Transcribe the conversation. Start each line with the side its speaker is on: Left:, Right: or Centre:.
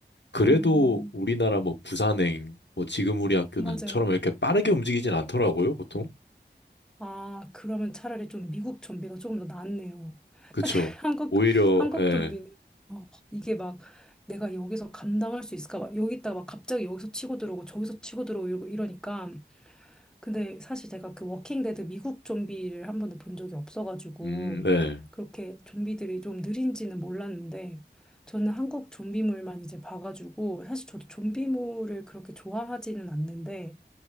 Left: 그래도
Centre: 음,
Left: 우리나라 뭐 부산행, 뭐 지금 우리 학교는
Centre: 맞아요.
Left: 처럼 이렇게 빠르게 움직이진 않더라고요, 보통.
Centre: 아, 그러면 차라리 좀 미국 좀비가 조금 더 낫네요.
Left: 그쵸.
Centre: 사실 <laughs> 한국,
Left: 오히려,
Centre: 한국
Left: 예,
Centre: 좀비는, 어, 이게 막 내가 여기서 감당할 수 있을까? 막 여기 있다가 막 갑자기 여기서 치고 들어오고 저기서 치고 들어오고 이러- 이러니까. 근데 사실 제가 그 워킹데드 미국 좀비를 한 번도 본 적이 없어가지고
Left: 음, 네,
Centre: 그렇게 좀비들이 좀 느린지는 몰랐는데 저는 한국 좀비물만 이제 봐가지고 사실 저도 좀비물을 그렇게 좋아하지는 않는데